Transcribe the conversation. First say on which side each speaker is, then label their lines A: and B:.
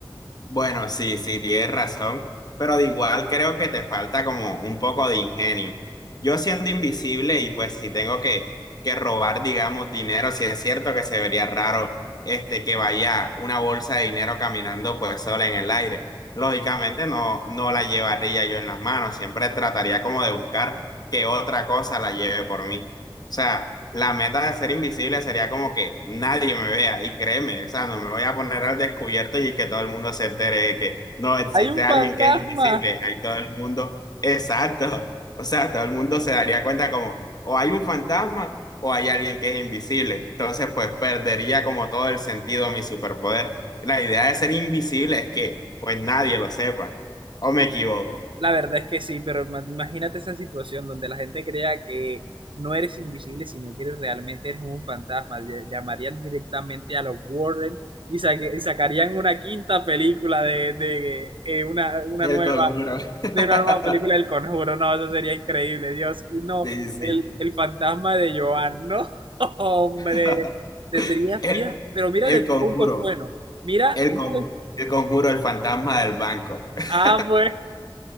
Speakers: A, on the left (about 50°); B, on the right (about 75°).
A: Bueno, sí, sí, tienes razón, pero de igual creo que te falta como un poco de ingenio. Yo siendo invisible y pues si tengo que, que robar, digamos, dinero, si es cierto que se vería raro este que vaya una bolsa de dinero caminando pues sola en el aire. Lógicamente no, no la llevaría yo en las manos, siempre trataría como de buscar que otra cosa la lleve por mí. O sea, la meta de ser invisible sería como que nadie me vea y créeme, o sea, no me voy a poner al descubierto y que todo el mundo se entere de que no existe
B: Hay un
A: alguien
B: fantasma.
A: que es invisible, ahí todo el mundo, exacto, o sea, todo el mundo se daría cuenta como o hay un fantasma o hay alguien que es invisible, entonces pues perdería como todo el sentido a mi superpoder. La idea de ser invisible es que pues nadie lo sepa, o me equivoco.
B: La verdad es que sí, pero ma- imagínate esa situación donde la gente crea que no eres invisible, sino que eres realmente eres un fantasma. Ll- Llamarían directamente a los Warren y, saque- y sacarían una quinta película de, de eh, una, una
A: Del
B: nueva,
A: conjuro. <laughs>
B: de una nueva película del Conjuro. No, eso sería increíble. Dios, que no.
A: Sí, sí.
B: El, el fantasma de Joan, no, <laughs> hombre.
A: <laughs>
B: Tendrías,
A: El
B: mira, pero mira
A: El
B: el
A: conjuro,
B: punto bueno. Mira,
A: el
B: mira,
A: conjuro,
B: el-
A: el conjuro, el fantasma del banco. <laughs>
B: ah, bueno.